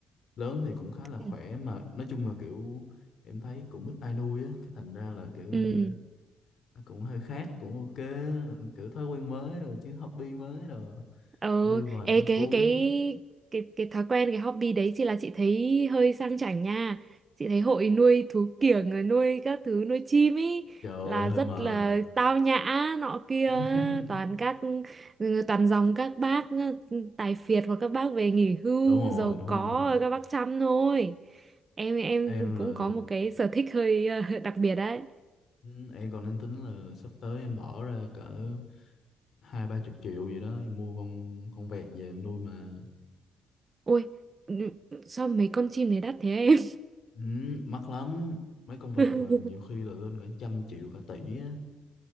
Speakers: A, on the left (about 60°); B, on the right (about 35°).
A: lớn thì cũng khá là khỏe
B: ừ
A: mà nói chung là kiểu em thấy cũng ít ai nuôi á cái thành ra là kiểu
B: Ừ.
A: ờ, Nó cũng hơi khác cũng ok ừ, kiểu thói quen mới rồi chứ hobby mới rồi
B: Ừ,
A: nuôi vài
B: ê,
A: con
B: cái
A: cú
B: cái cái cái thói quen cái hobby đấy chị là chị thấy hơi sang chảnh nha. Chị thấy hội nuôi thú kiểng rồi nuôi các thứ nuôi chim ấy
A: trời
B: là
A: ơi hơi
B: rất
A: mệt
B: là tao nhã nọ kia
A: <laughs>
B: toàn các ừ, toàn dòng các bác ừ, tài phiệt hoặc các bác về nghỉ hưu
A: đúng rồi
B: giàu
A: đúng
B: có
A: rồi
B: rồi các bác chăm thôi. Em em
A: em
B: cũng
A: là
B: có một cái sở thích hơi ờ, <laughs> đặc biệt đấy.
A: ừ, em còn đang tính là sắp tới em bỏ ra cỡ hai ba chục triệu gì đó em mua con con vẹt về em nuôi mà
B: Ôi, ừ, sao mấy con chim này đắt thế em?
A: ừ, mắc lắm mấy con vẹt
B: <laughs>
A: là nhiều khi là lên cả trăm triệu cả tỷ á